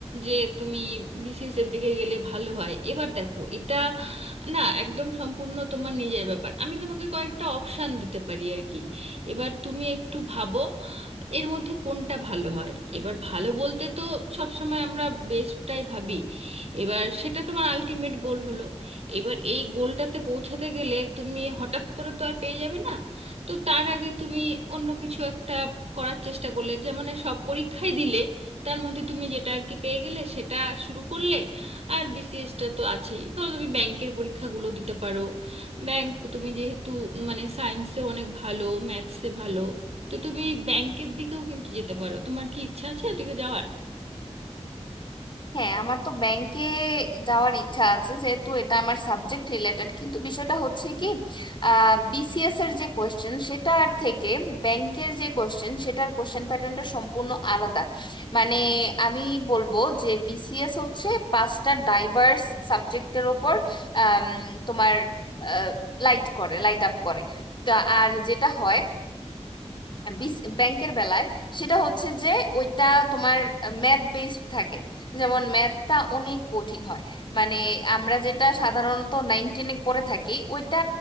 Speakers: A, on the right (about 65°); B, on the left (about 45°).
A: যে তুমি বিসিএস এর দিকে গেলে ভালো হয় এবার দেখো এটা না একদম সম্পূর্ণ তোমার নিজের ব্যাপার আমি তোমাকে কয়েকটা অপশান দিতে পারি আর কি এবার তুমি একটু ভাবো এর মধ্যে কোনটা ভালো হয় এবার ভালো বলতে তো সব সময় আমরা বেস্টটাই ভাবি এবার সেটা তোমার আলটিমেট গোল হলো এবার এই গোলটাতে পৌঁছাতে গেলে তুমি হঠাৎ করে তো আর পেয়ে যাবে না তো তার আগে তুমি অন্য কিছু একটা করার চেষ্টা করলে যেমন সব পরীক্ষাই দিলে তার মধ্যে তুমি যেটা আর কি পেয়ে গেলে সেটা শুরু করলে আর বিসিএসটা তো আছেই ধরো তুমি ব্যাংকের পরীক্ষাগুলো দিতে পারো ব্যাংক তুমি যেহেতু মানে সায়েন্সে অনেক ভালো ম্যাথসে ভালো তো তুমি ব্যাংকের দিকেও কিন্তু যেতে পারো তোমার কি ইচ্ছা আছে ওদিকে যাওয়ার
B: হ্যাঁ আমার তো ব্যাংকে যাওয়ার ইচ্ছা আছে যেহেতু এটা আমার সাবজেক্ট রিলেটেড কিন্তু বিষয়টা হচ্ছে কি বিসিএস এর যে কোয়েশ্চেন সেটার থেকে ব্যাংকের যে কোয়েশ্চেন সেটার কোয়েশ্চেন প্যাটার্নটা সম্পূর্ণ আলাদা মানে আমি বলবো যে বিসিএস হচ্ছে পাঁচটা ডাইভার্স সাবজেক্টের ওপর আম, তোমার লাইট করে লাইট আপ করে তা আর যেটা হয় বিস- ব্যাংকের বেলায় সেটা হচ্ছে যে ওইটা তোমার ম্যাথ বেসড থাকে যেমন ম্যাথটা অনেক কঠিন হয় মানে আমরা যেটা সাধারণত নাইন টেনে করে থাকি ওইটা